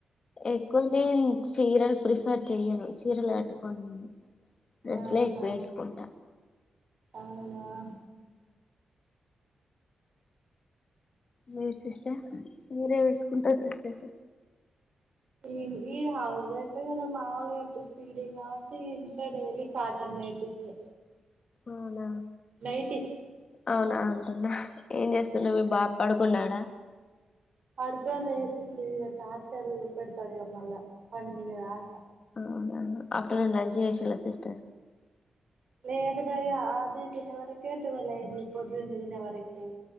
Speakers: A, on the left (about 45°); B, on the right (about 55°).
A: ఎక్కువ నేన్ చీరలు ప్రిఫర్ చెయ్యను చీరలు కట్టుకోను నేను డ్రెస్లే
B: ఆహా
A: ఎక్కువ యేసుకుంటా
B: అవునా
A: మీరు సిస్టర్ మీరే వేసుకుంటారు డ్రెసెస్సా
B: ఏంటి హౌస్ వైఫే కదా మాముూలుగా ఇప్పుడు ఫీడింగ్ గావట్టి ఇగ డైలీ కాటన్ నైటీసే
A: అవునా
B: నైటీస్
A: అవునా అంటున్నా ఏం చేస్తుండు మీ బాబ్ పడుకున్నాడా
B: పడుకోని లేసిండు ఇగ టార్చర్ పెడతాడు ఇగా మళ్ళ పండుకునే దాక
A: అవునా ఆఫ్టర్నూన్ లంచ్ చేసిరా సిస్టర్
B: లేదురా ఇగ ఆది తినే వరకే టువేల్ అయింది పొద్దున్ని తినే వర కి